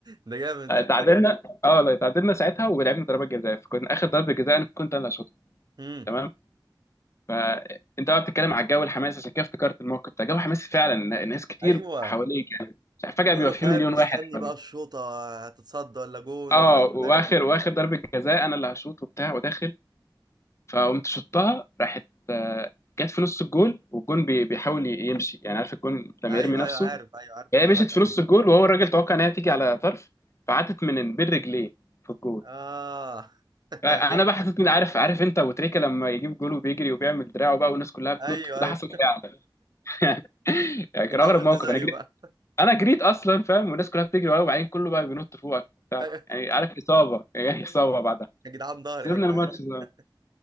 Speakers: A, on the right; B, on the left.
A: ده جامد
B: تعادلنا
A: ده
B: اه لا تعادلنا ساعتها ولعبنا ضربات جزاء فكنا اخر ضربه جزاء انا كنت انا اللي هشوطها
A: امم
B: تمام فانت بقى بتتكلم على الجو الحماسي عشان كده افتكرت الموقف ده جو حماسي فعلا ناس كتير
A: ايوه
B: حواليك يعني فجأة
A: كله
B: بيبقى في
A: فاهم
B: مليون
A: مستني
B: واحد حواليك
A: بقى الشوطه هتتصد ولا جون
B: اه
A: ولا <laughs>
B: واخر
A: فاهم
B: واخر ضربة جزاء انا اللي هشوط وبتاع وداخل فقمت شطها راحت آه، جت في نص الجول والجون بي- بيحاول ي- يمشي يعني عارف الجون لما
A: ايوه
B: يرمي نفسه
A: ايوه عارف ايوه عارف
B: هي
A: اللقطه
B: مشيت في نص
A: دي
B: الجول وهو الراجل توقع انها تيجي على طرف فعدت من بين رجليه في الجول
A: اه <laughs>
B: فانا
A: جامد.
B: بقى حسيت إني عارف عارف انت ابو تريكه لما يجيب جول وبيجري وبيعمل دراعه بقى والناس كلها بتنط
A: ايوه
B: وده
A: ايوه
B: حصل فعلا <laughs> يعني كان
A: انت
B: اغرب
A: عملت
B: موقف
A: زيه
B: انا جريت
A: بقى
B: انا جريت اصلا فاهم والناس كلها بتجري ورايا وبعدين كله بقى بينط فوقك وبتاع
A: <laughs> ايوه
B: يعني عارف اصابه يعني <laughs> اصابه بعدها
A: يا جدعان ضهري
B: سيبنا
A: يا جدعان
B: الماتش ده